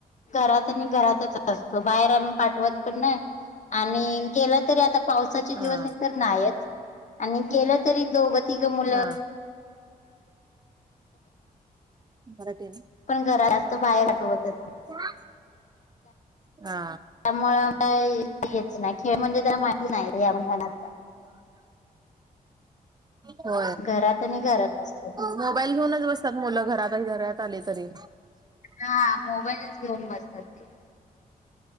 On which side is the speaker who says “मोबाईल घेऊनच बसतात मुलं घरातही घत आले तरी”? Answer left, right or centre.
Right